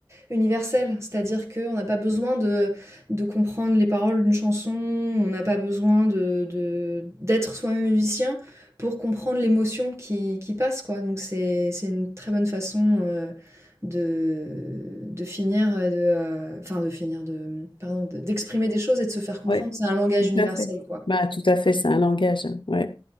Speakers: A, on the right (about 35°); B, on the left (about 80°).
A: universelle. C'est-à-dire qu'on n'a pas besoin de de comprendre les paroles d'une chanson, on n'a pas besoin de de d'être soi-même musicien pour comprendre l'émotion qui qui passe, quoi. Donc c'est c'est une très bonne façon, heu, de de finir, heu, de, heu, enfin de finir de, pardon, de d'exprimer des choses et de se faire comprendre.
B: ouais.
A: C'est un langage
B: Tout
A: universel,
B: à fait.
A: quoi.
B: Bah, tout à fait, c'est un langage. hein, Ouais.